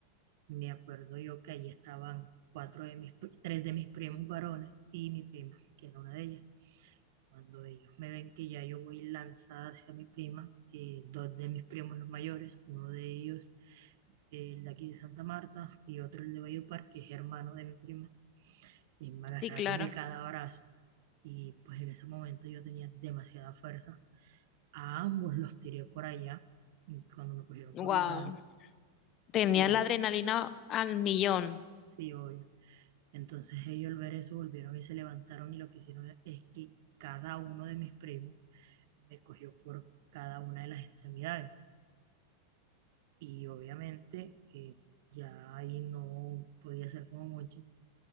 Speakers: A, on the right; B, on the left.
A: Me acuerdo yo que ahí estaban cuatro de mis, pri- tres de mis primos varones y mi prima, que era una de ellas. Cuando ellos me ven que ya yo voy lanzada hacia mi prima, eh, dos de mis primos los mayores, uno de ellos el de aquí de Santa Marta y otro el de Valledupar, que es hermano de mi prima, y me agarraron
B: Sí, claro.
A: de cada brazo. Y pues en ese momento yo tenía demasiada fuerza. A ambos los tiré por allá y cuando me cogieron
B: Wow.
A: por los brazos.
B: Tenía
A: Y eh,
B: la adrenalina al millón.
A: sí, obvio. Entonces ellos al ver eso volvieron y se levantaron y lo que hicieron es que cada uno de mis primos me cogió por cada una de las extremidades. Y obviamente eh, ya ahí no podía hacer como mucho